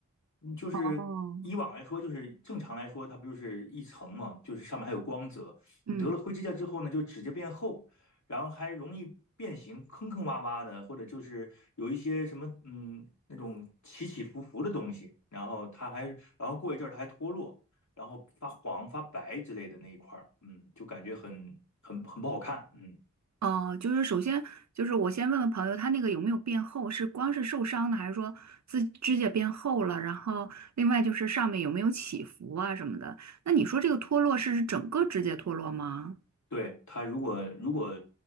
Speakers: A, on the left; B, on the right.
A: 嗯就是以往来说，
B: 哦，
A: 就是正常来说，它不就是一层嘛，就是上面还有光泽。
B: 嗯。
A: 你得了灰指甲之后呢，就指甲变厚，然后还容易变形，坑坑洼洼的，或者就是有一些什么嗯那种起起伏伏的东西，然后它还然后过一阵儿它还脱落，然后发黄发白之类的那一块儿，嗯，就感觉很很很不好看，嗯。
B: 哦，就是首先就是我先问问朋友，他那个有没有变厚？是光是受伤的，还是说自指甲变厚了？然后另外就是上面有没有起伏啊什么的？那你说这个脱落是指整个指甲脱落吗？
A: 对，它如果如果